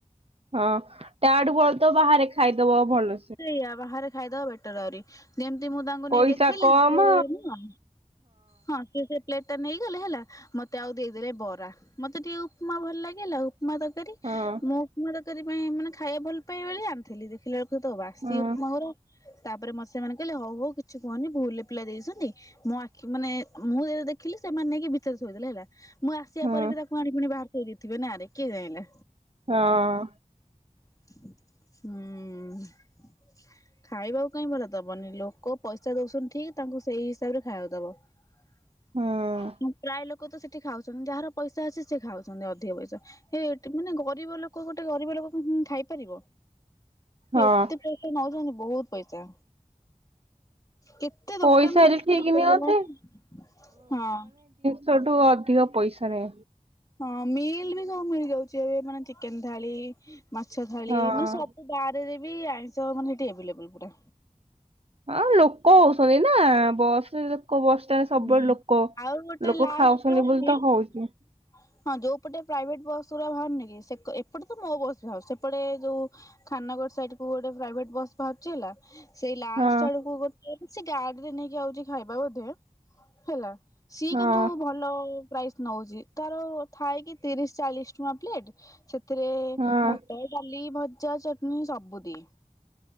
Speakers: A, on the right; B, on the left.
A: ହଁ ତାଡୁ ଭଲ ତ ବାହାରେ ଖାଇଦବ ଭଲସେ।
B: ସେଇଆ ବାହାରେ ଖାଇଦବା ବେଟର ଆହୁରି। ଯେମିତି ମୁଁ ତାଙ୍କୁ ନେଇ
A: ପଇସା
B: ଦେଖେଇଲି
A: କମ
B: ସେ ନୁହଁ, ହଁ ସେ ପ୍ଲେଟ୍ ଟା ନେଇଗଲେ ହେଲା ମତେ ଆଉ ଦେଇଦେଲେ ବରା ମତେ ଟିକେ ଉପମା ଭଲ ଲାଗିଲା ଆଉ। ଉପମା ତରକାରୀ
A: ହଁ
B: ମୁଁ ଉପମା ତରକାରୀ ପାଇଁ ମାନେ ଖାଇବା ଭଲ ପାଏ ବୋଲି ଆଣିଥିଲି ଦେଖିଲା ବେଳକୁ ତୁ ତ ବାସି
A: ହଁ
B: ଉପମା ଘର ତାପରେ ମ ସେମାନେ କହିଲେ ହଉ ହଉ କିଛି କୁହନି ଭୁଲ ରେ ପିଲା ଦେଇଛନ୍ତି। ମୋ ଆଖି ମାନେ ମୁଁ ଯେ ଦେଖିଲି ସେମାନେ ନେଇକି ଭିତରେ ଥୋଇଦେଲେ ହେଲା। ମୁଁ ଆସିବା
A: ହଁ
B: ପରେ ବି ତାକୁ ଆଣି ପୁଣି ବାହାର ଥୋଇଦେଇଥିବେ ନାରେ କିଏ ଜାଣିଲା।
A: ହଁ।
B: ହୁଁ। ଖାଇବାକୁ କାଇଁ ଭଲ ଦବନି ଲୋକ ପଇସା ଦଉଛନ୍ତି ଠିକ ତାଙ୍କୁ ସେଇ ହିସାବ ରେ ଖାଇବାକୁ ଦବ। <unintelligible>
A: ହଁ।
B: ପ୍ରାୟ ଲୋକ ତ ସେଠି ଖାଉଛନ୍ତି, ଯାହାର ପଇସା ଅଛି ସେ ଖାଉଛନ୍ତି ଅଧିକ ପଇସା। ସେ ଏଠି ମାନେ ଗରିବ ଲୋକ ଗୋଟେ ଗରିବ ଲୋକ କଣ ଖାଇପାରିବ
A: ହଁ
B: ଏତେ ପଇ ନଉଛନ୍ତି ବହୁତ ପଇସା, କେ ତେ ଦୋକାନ
A: ପଇସାରେ
B: ତା ଭିତରେ
A: ଠିକ
B: ହେଇଗଲାଣି,
A: ନିଅନ୍ତେ
B: ହଁ।
A: ସୋଠୁ ଅଧିକ ପଇସା ରେ
B: ହଁ ମିଲ୍ ବି ସବୁ ମିଳିଯାଉଛି, ଏବେ ମାନେ ଚିକେନ ଥାଳି, ମାଛ ଥାଳି
A: ହଁ
B: ମାନେ ସବୁ ବାଆରେ ଦେବି ଆଇଁଷ ମାନେ ସେଠି ଆଭେଲେବୁଲ୍ ପୁରା।
A: ହଁ ଲୋକ ହଉଛନ୍ତି ନା ବସରେ ଲୋକ ବସ ଜ ସବୁବେଳେ
B: ହୁଁ।
A: ଲୋକ
B: ଆଉ ଗୋଟେ
A: ଲୋକ
B: ଲାଷ୍ଟ
A: ଖାଉଛନ୍ତି
B: ଅଛି
A: ବୋଲି ତ ହଉଛି।
B: ହଁ, ଯୋଉପଟେ ପ୍ରାଇଭେଟ ବସ ପୁରା ବାହାରୁନ କି ଏପଟେ ତ ମୋ ବସ ବା ସେପଟେ ଯୋଉ ଖାନନଗର ସାଇଡକୁ ଗୋଟେ ପ୍ରାଇଭେଟ ବସ୍। ବାଚି ହେଲା ସେଇ ଲାଷ୍ଟ
A: ହଁ
B: ଆଡକୁ ଗୋଟେ ଗାଡିରେ ନେଇକି ଆଉଛି ଖାଇବା ବୋଧେ। ହେଲା ସିଏ
A: ହଁ
B: କିନ୍ତୁ ଭଲ ପ୍ରାଇସ୍ ନଉଛି ତାର ଥାଇକି ତିରିଶ ଚାଳିଶ ଟଙ୍କା ପ୍ଲେଟ ସେଥିରେ
A: ହଁ
B: ଭାତ ଡାଲି, ଭଜା, ଚଟଣି, ସବୁ ଦିଏ।